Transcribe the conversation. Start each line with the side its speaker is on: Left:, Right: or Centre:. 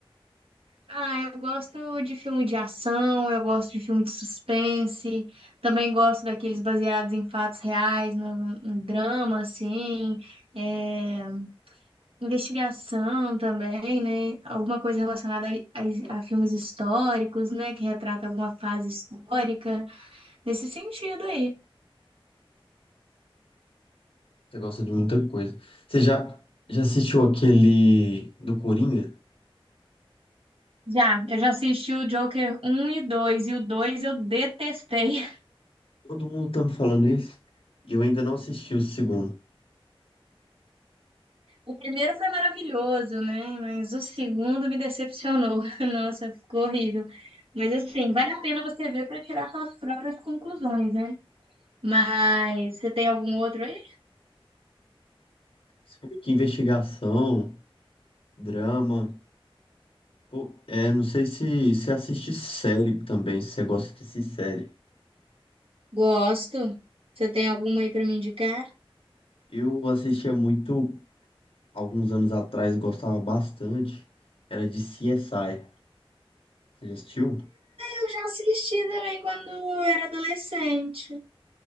Right: Ah, eu gosto de filme de ação, eu gosto de filme de suspense, também gosto daqueles baseados em fatos reais, no, no drama, assim, é... Investigação também, né? Alguma coisa relacionada a, a- a filmes históricos, né? Que retrata alguma fase histórica, nesse sentido aí.
Left: Você gosta de muita coisa. Você já, já assistiu aquele do Coringa?
Right: Já, eu já assisti o Joker um e 2 e o 2 eu detestei. <laughs>
Left: Todo mundo tá me falando isso e eu ainda não assisti o segundo.
Right: O primeiro foi maravilhoso, né? Mas o segundo me decepcionou. <laughs> Nossa, ficou horrível. Mas assim, vale a pena você ver para tirar suas próprias conclusões, né? Mas você tem algum outro aí?
Left: Esse foi que investigação, drama. Pô, é, não sei se você assiste série também, se você gosta de assistir série.
Right: Gosto. Você tem alguma aí para me indicar?
Left: Eu assistia muito alguns anos atrás, gostava bastante. Era de CSI. Você já assistiu?
Right: Eu já assisti também quando era adolescente.